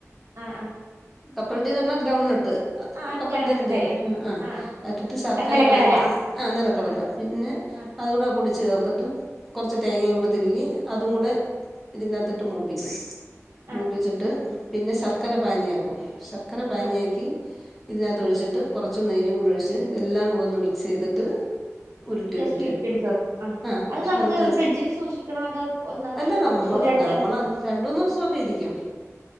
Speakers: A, on the right; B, in the centre.
A: അ ആ
B: കപ്പലണ്ടിന്ന് പറഞ്ഞാ ഗ്രൗണ്ടിനട്ത്ത്
A: എനിക്കത്
B: കപ്പലണ്ടീന്ന
A: മനസ്സിലായി
B: ആ
A: ആഹ്
B: ഇട്ട്ട്ട് ശർക്കര
A: ആഹ് നിലക്കടല
B: പാനി
A: ആഹ് ഓക്കെ
B: ആ നിലക്കടല
A: ആഹ്
B: പിന്നെ
A: ആഹ്
B: അതുകൂടെ പൊടിച്ച് ചേർ ട്ട് കോർച്ച് തേങ്ങയും കൂടെ തിരികി അതും കൂടെ ഇതിനകത്ത് ട്ട് മൂപിച്ച്
A: ആഹ് ആഹ്
B: മൂപ്പിച്ചിട്ട് പിന്നെ ശർക്കര പാനിയാക്കും ശർ ക്കര പാനിയാക്കി
A: ആഹ്
B: ഇതിനകത്ത് ഒഴിച്ചിട്ട് കൊറച്ച് നെയ്യും കൂടെ ഒഴിച്ച് ഇതെല്ലാം കൂടെ ഒന്ന് മിക്സ് ചെയ്തിട്ട് ഉരുട്ടി
A: ജസ്റ്റ്
B: ഉരുട്ടി
A: വിര്പ്പിട്ക്ക
B: എടുക്കും
A: അ
B: ആ പക്ഷെ
A: അത് നമക്ക്
B: നല്ല ടേസ്റ്റ്
A: ഫ്രിഡ്ജില് സൂക്ഷിക്കണോ അതാ നമക്ക്
B: അല്ല
A: പോർത്ത്
B: നമ്മൾ നമ്മള
A: <unintelligible>
B: രണ്ടൂന്ന് ദിവസമൊക്കെ ഇരിക്കും